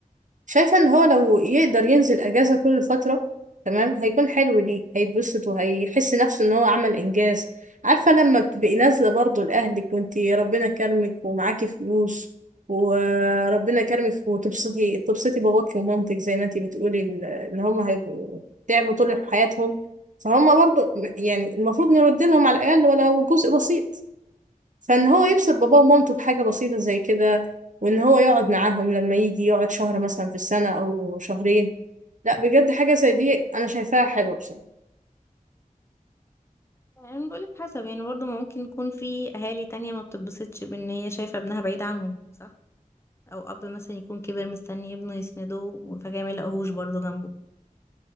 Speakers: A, on the right (about 60°); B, on the left (about 20°).
A: شايفة ان هو لو يقدر ينزل اجازة كل فترة تمام هيكون حلو ليه هيتبسط وهيحس نفسه ان هو عمل انجاز عارفة لما بتبقي نازلة برضه لأهلك وانتي ربنا كرمك ومعاكي فلوس وربنا كرمك وتبسطي تبسطي باباكي ومامتك زي ما انتي بتقولي ال- ان هم هيبقوا تعبوا طول حياتهم فهم برضه يعني المفروض نرد لهم على الأقل ولو جزء بسيط فان هو يبسط باباه ومامته بحاجة بسيطة زي كده وان هو يقعد معاهم لما يجي يقعد شهر مثلا في السنة او شهرين لا بجد حاجة زي دي انا شايفاها حلوة بصراحة
B: يعني بقولك حسب يعني برضه ما ممكن يكون في اهالي تانية ما بتتبسطش بان هي شايفة ابنها بعيد عنهم صح او اب مثلا يكون كبر مستني ابنه يسنده وفجأة ما يلاقوهوش برضه جنبه